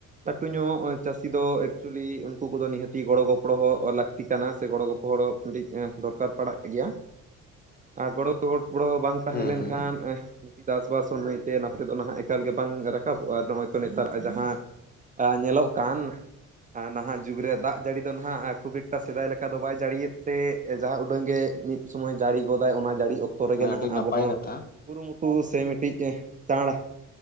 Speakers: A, on the right; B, on the left.
A: ᱞᱟᱹᱴᱩ ᱧᱚᱜ ᱪᱟᱹᱥᱤ ᱫᱚ ᱮᱠᱪᱩᱭᱮᱞᱤ ᱩᱱᱠᱩ ᱠᱚᱫᱚ ᱱᱤᱦᱟᱹᱛᱤ ᱜᱚᱲᱚ ᱜᱚᱯᱚᱲᱚ ᱞᱟᱠ ᱛᱤ ᱠᱟᱱᱟ ᱥᱮ ᱜᱚᱲᱚ ᱜᱚᱯᱚᱦᱚᱲ ᱢᱤᱫᱴᱤᱡ ᱫᱚᱨᱠᱟᱨ ᱯᱟᱲᱟᱜ ᱜᱮᱭᱟ ᱟᱨ ᱜᱚᱲᱚ ᱜᱚᱯᱚᱲᱚ ᱵᱟᱝ ᱛᱟᱦᱮᱸ
B: ᱦᱩᱸ
A: ᱞᱮᱱᱠᱷᱟᱱ
B: ᱦᱩᱸ
A: ᱪᱟᱥᱵᱟᱥ ᱥᱚᱢᱚᱭ ᱛᱮ ᱱᱟᱛᱮ ᱫᱚ ᱱᱟᱦᱟᱜ ᱮᱠᱟᱞ ᱜᱮ ᱵᱟᱝ ᱨᱟᱠᱟᱵᱚᱜᱼᱟ ᱱᱚᱜᱼᱚᱭ ᱛᱚ ᱱᱮᱛᱟᱨᱟᱜ ᱡᱟᱦᱟᱸ ᱧᱮᱞᱚᱜ ᱠᱟᱱ ᱱᱟᱦᱟᱜ ᱡᱩᱜᱽ ᱨᱮ ᱫᱟᱜ ᱡᱟᱹᱲᱤ ᱫᱚ ᱱᱟᱦᱟᱜ ᱠᱷᱩᱵ ᱮᱠᱴᱟ ᱥᱮᱫᱟᱭ ᱞᱮᱠᱟ ᱫᱚ ᱵᱟᱭ ᱡᱟᱹᱲᱤᱭᱮᱫ ᱛᱮ ᱮᱸ ᱡᱟᱸᱦᱟ ᱩᱰᱟᱹᱝ ᱜᱮ ᱢᱤᱫ ᱥᱚᱢᱚᱭ ᱡᱟᱹᱲᱤ ᱜᱚᱫᱟᱭ ᱚᱱᱟ ᱡᱟᱹᱲᱤ ᱚᱠᱛᱚ ᱨᱮᱜᱮ ᱱᱟᱦᱟᱜ
B: ᱟᱹᱰᱤ
A: ᱟᱵᱚ
B: ᱱᱟᱯᱟᱭ
A: ᱦᱚᱸ
B: ᱠᱟᱛᱷᱟ
A: ᱠᱩᱨᱩᱢᱩᱴᱩ ᱥᱮ ᱢᱤᱫᱴᱤᱡ ᱜᱮ ᱪᱟᱸᱬ